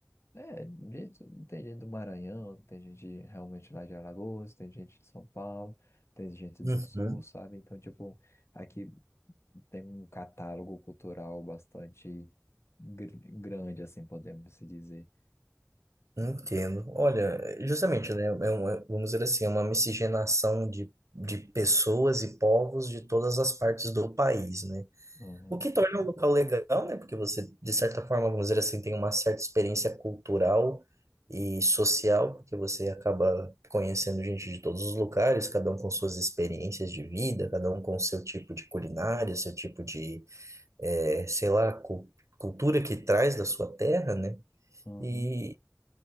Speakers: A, on the left; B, on the right.
A: É, de- tem gente do Maranhão, tem gente realmente lá de Alagoas, tem gente de São Paulo, tem gente do
B: uhum,
A: Sul, sabe? Então, tipo, aqui tem um catálogo cultural bastante gr- grande, assim, podemos se dizer.
B: entendo. Olha, justamente, né, é um- é- vamos dizer assim, é uma miscigenação de, de pessoas e povos de todas as partes do país, né?
A: Uhum,
B: O que torna o local legal, né? Porque você, de certa forma, vamos dizer assim, tem uma certa experiência cultural e social, porque você acaba conhecendo gente de todos os lugares, cada um com suas experiências de vida, cada um com seu tipo de culinária, seu tipo de, eh, sei lá, cu- cultura que traz da sua terra, né?
A: uhum.
B: E